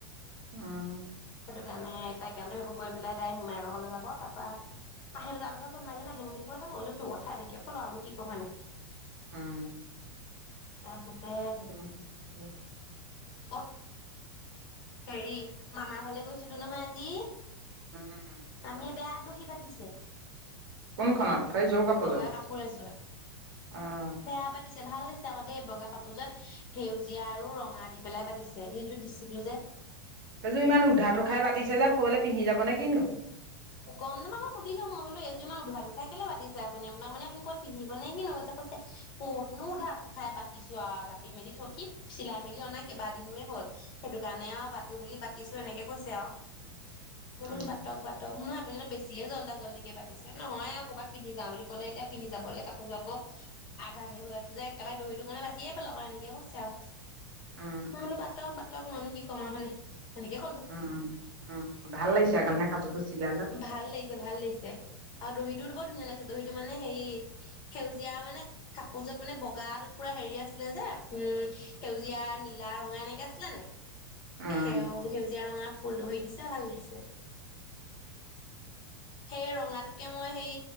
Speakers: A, on the right (about 55°); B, on the left (about 35°).
A: উম।
B: সেইকাৰণে তাই কামটো সেইবোৰ কৰি পেলাই মোমায়েকৰ ঘৰলৈ যাব। তাৰপৰা আহি পেলাই তাৰপিছত কোনোবা এদিন আহিম বুলি কৈছে। মই বোলো তোৰ কথা এনেকে ক'লো আৰুনো কি কম হয়নাই?
A: উম। <unintelligible>
B: তাৰপিছতে অ'ফ হেৰি মামাৰ ঘৰলে গৈছিলো নহয় আজি!
A: উম,
B: আমি বেয়া দহি বাতিছে।
A: কোনখনত? সেই যোৰ কাপোৰযোৰ?
B: বগা কাপোৰ এযোৰত
A: অ'।
B: বেয়া বাতিছে ভাল দিছে আকৌ দে, বগা কাপোৰযোৰত সেউজীয়া আৰু ৰঙা দি পেলাই বাতিছে সেইটোত দিছিলো যে।
A: সেইযোৰ ইমান উধাতো খাই বাতিছে যে ক'ৰবালৈ পিন্ধি যাব নে কিনো?
B: গম নাপাও মই সুধিলো মই বোলো এযোৰ ইমান উধাটো খাই কেলে বাতিছে আপুনি, আপোনাক মানে আপুনি ক'ত পিন্ধিব নে কিনো? কৈছে ক'তনো উধাটো খাই বাতিছো আৰু জাপি মেলি থৈ, কি চিলাই-মেলি অনা কেইবাদিনোৱে হ'ল, সেইটোকাৰণে আৰু বাতো বুলি বাতিছো এনেকে কৈছে আৰু। মই বোলো
A: উম
B: বাতক বাত বাতক নহয় আপুনি বেছিয়ে জলদা-জলদিকে বাতিছে, নহয় আৰু ক'ৰবাত পিন্ধি যাও বুলি ক'লে, এতিয়া পিন্ধি যাবলৈ কাপোৰযোৰ আকৌ আধা হে হৈ আছে যে, একেবাৰে দহিটো কাৰণে বাতিয়ে পেলাও আও এনেকে কৈছে আও।
A: উম
B: মই
A: উম
B: বোলো বাতক বাতক মইনো কি কম আউ হয় নে? সেনেকে ক'লো।
A: উম উম ভাল লাগিছে আগনিচিনা কাপোৰযোৰ চিলালত
B: ভাল লাগিছে ভাল লাগিছে। <unintelligible> আৰু দহিটো বৰ ধুনীয়া লাগিছে, দহিটো মানে হেৰি সেউজীয়া মানে, কাপোৰযোৰত মানে বগাটোত পুৰা হেৰি আছিলে যে উম, সেউজীয়া নীলা-ৰঙা এনেকে আছিলে নে?
A: উম
B: সেউ-সেউজীয়া-ৰঙা ফুল দহি দিছে ভাল লাগিছে। সেই ৰঙাটোকে মই সেই